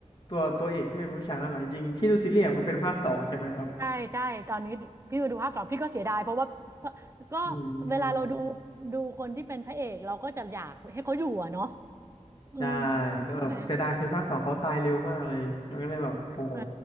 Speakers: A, on the left; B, on the right.
A: ตัวตัวเอกที่เป็นผู้ชายมากกว่าจริงๆพี่ดูซีเรียส์มันเป็นภาคสองใช่ไหมครับ
B: ใช่ใช่ตอนนี้พี่มาดูภาคสองพี่ก็เสียดายเพราะว่าก็
A: อืม
B: เวลาเราดูดูคนที่เป็นพระเอกเราก็จะอยากให้เขาอยู่อะเนาะอืม
A: ใช่ก็แบบเสียดายคือภาคสองเขาตายเร็วมากเลยมันก็เลยแบบโอ้โห
B: ใช่ไหมเออ